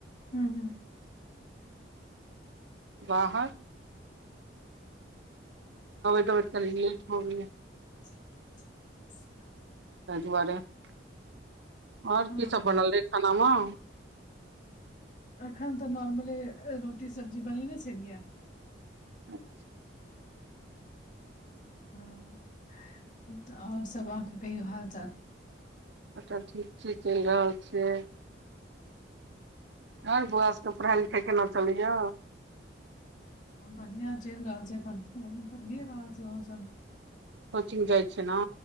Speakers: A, on the left; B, on the right.
A: हू हू
B: बाहर <unintelligible>
A: <inaudible>
B: लेट भऽ गेलै तै दुआरे आओर
A: हँ
B: की सब बनल रहै खाना मे
A: अखन तऽ नॉर्मले रोटी सब्जी बनेने छलियै
B: <inaudible>
A: ह तऽ आओर सब आहाके कहियो हाल चाल
B: सबटा ठीक छै चलि रहल छैय हर बौआ सबके पढ़ाई लिखाई केना चलैय
A: ह बढ़िया चलि रहल छै पढ़िए रहल छै ओहो सब
B: कोचिंग जाइ छै न